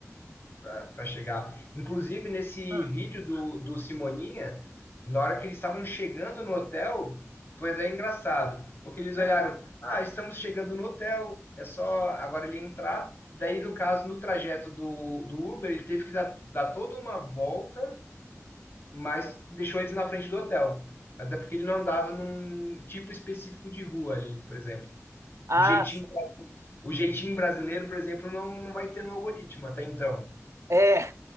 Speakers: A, on the left (about 45°); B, on the right (about 65°).
A: para chegar. Inclusive, nesse
B: Hum,
A: vídeo do, do Simoninha, na hora que eles estavam chegando no hotel, foi até engraçado, porque eles olharam,
B: hum.
A: ah, estamos chegando no hotel, é só agora ele entrar. Daí, no caso, no trajeto do, do Uber, ele teve que dar, dar toda uma volta, mas deixou eles na frente do hotel. Até porque ele não andava num tipo específico de rua ali, por exemplo.
B: Ah,
A: O jeitinho,
B: sim.
A: o jeitinho brasileiro, por exemplo, não, não vai ter no algoritmo até então.
B: É.